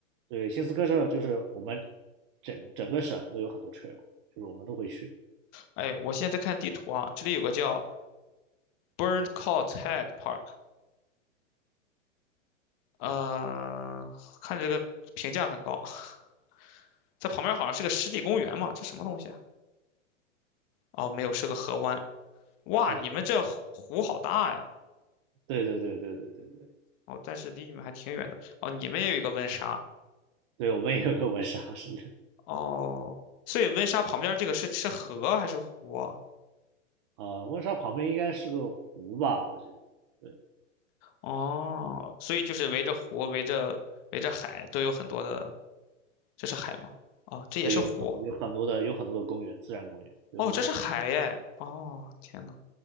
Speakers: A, on the right; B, on the left.
A: 对，新斯科舍就是我们整整个省都有很多 trail，就是我们都会去
B: 哎，我现在在看地图啊，这里有个叫 Burncourt Head Park，呃，
A: 啊。
B: 看这个评价很高，<laughs> 在旁边好像是个湿地公园嘛，这什么东西啊？哦，没有，是个河湾。哇，
A: 哦，
B: 你们这湖湖好大呀！
A: 对对对对对对对，
B: 哦，但是离你们还挺远的。哦，你们也有一个温莎。
A: 对我们也有个温莎，是的。
B: 哦，所以温莎旁边这个是是河还是湖啊？
A: 啊，温莎旁边应该是个湖吧，我记得。对
B: 哦，所以就是围着湖、围着围着海都有很多的，这是海吗？哦，这也是湖。
A: 对，有有很多的有很多的公园，自然公园。对我们自，
B: 哦，这是海耶！哦，天呐。